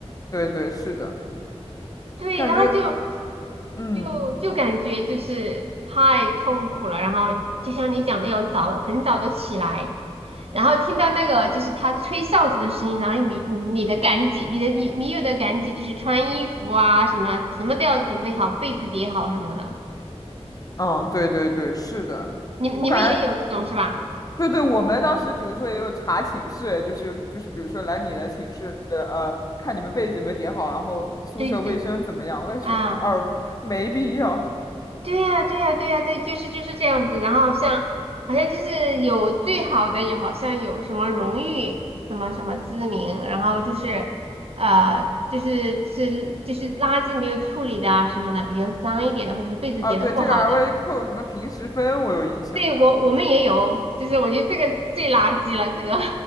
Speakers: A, on the left; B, on the right.
A: 对对，是的，
B: 对，
A: 感觉
B: 然后就
A: 嗯
B: 就就感觉就是太痛苦了，然后就像你讲的，要早很早的起来，然后听到那个就是他吹哨子的声音，然后你你你的赶紧，你的你你有的赶紧就是穿衣服啊什么什么都要准备好，被子叠好什么的，
A: 嗯，对对对，是的，
B: 你你们也有这种是吧？
A: 我感觉对对，我们当时比如说也有查寝室，就是就是比如说来你的寝室，呃，看你们被子有没有叠好，然后宿舍卫生怎么样，
B: 对对对，
A: 我也觉得
B: 啊。
A: <laughs> 哦，没必要
B: 对呀，对呀，对呀，对，就是就是这样子。然后像好像就是有最好的，也好像有什么荣誉，什么什么知名，然后就是呃，就是是就是垃圾没有处理的啊什么的，比较脏一点的，或者是被子叠的不好的。
A: 啊，对，这个还会扣什么平时分，我有印象。
B: 对，我我们也有，就是我觉得这个是最垃圾了，这个，